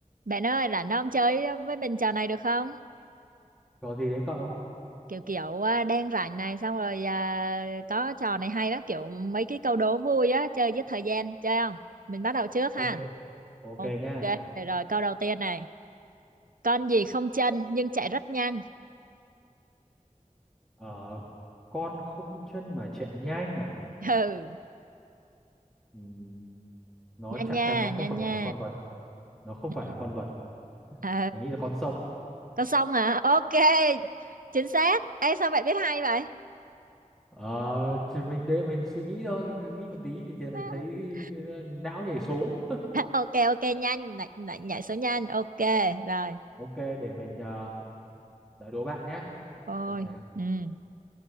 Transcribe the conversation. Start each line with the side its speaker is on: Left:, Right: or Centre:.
Right: Bạn ơi, rảnh không chơi với mình trò này được không?
Centre: Có gì đấy cậu?
Right: Kiểu kiểu à, đang rảnh này xong rồi à, có trò này hay lắm, kiểu mấy cái câu đố vui á, chơi giết thời gian, chơi không? Mình bắt đầu trước ha.
Centre: Ok, ok
Right: Ok,
Centre: nha.
Right: rồi, rồi câu đầu tiên này. Con gì không chân nhưng chạy rất nhanh?
Centre: Ờ, con không chân mà chạy nhanh à?
Right: <laughs> Ừ,
Centre: Ừm, nó
Right: nhanh
Centre: chắc
Right: nha,
Centre: chắn nó không
Right: nhanh
Centre: phải
Right: nha.
Centre: là một con vật. Nó không
Right: Ừ,
Centre: phải là con vật.
Right: Ờ,
Centre: Mình nghĩ là con sông.
Right: con sông hả? Ok, chính xác. Ê, sao bạn biết hay vậy?
Centre: Ờ, thì mình để mình suy nghĩ thôi. Nghĩ một tí thì, thì
Right: <laughs>
Centre: thấy não nhảy số. <laughs>
Right: Ok, ok, nhanh, nhảy, nhảy, nhảy số nhanh, ok, rồi.
Centre: Ok, để mình ờ, đã đố bạn nhá.
Right: Ôi,
Centre: Xem nào.
Right: ừ.